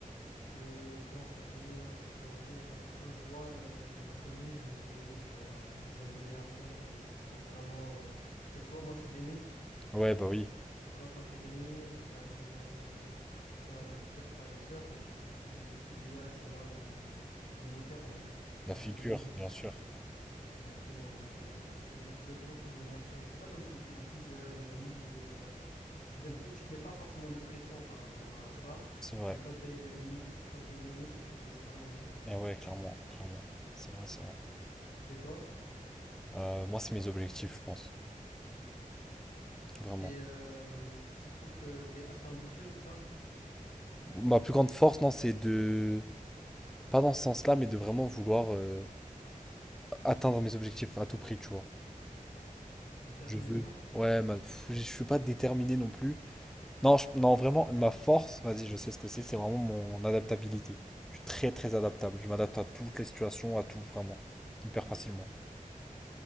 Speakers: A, on the left; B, in the centre.
A: Je pense ma famille, ouais, parce qu'en vrai, euh, quand je vois euh, ma famille, je me dis, vas-y, je dois, je dois me donner à fond pour, ess- pour vraiment. euh, Parce que tu vois, moi, je suis l'aîné.
B: Ouais, bah oui.
A: Et tu vois, quand t'es l'aîné, que t'as une, euh, t'as, t'as plusieurs frères et sœurs, bah, tu, tu, tu te, tu te dis, ouais, c'est moi le, le moteur, on va dire,
B: La
A: de la
B: figure,
A: famille. Donc,
B: bien
A: euh,
B: sûr.
A: Exactement. Donc, euh, tu, tu dois toujours te donner à fond. C'est pas comme si tu étais le plus jeune ou au milieu, tu vois. Tu, tu donnes pas, tu te mets pas forcément de pression par rapport à ça.
B: C'est vrai.
A: Mais quand tu es l'aîné, quand t'es l'aîné, c'est plus, c'est pas la même chose.
B: Et ouais, clairement, clairement. C'est vrai, c'est vrai.
A: Et toi,
B: Euh, moi, c'est mes objectifs, je pense. Vraiment.
A: t'es, euh, tu trouves que tu es assez ambitieux, c'est ça?
B: Ma plus grande force, non, c'est de... Pas dans ce sens-là, mais de vraiment vouloir euh, atteindre mes objectifs à tout prix, tu vois.
A: Détermination?
B: Je veux. Ouais, ma- pff, je suis pas déterminé non plus. Non, je- non, vraiment, ma force, vas-y, je sais ce que c'est, c'est vraiment mon adaptabilité. Je suis très très adaptable. Je m'adapte à toutes les situations, à tout, vraiment. Hyper facilement.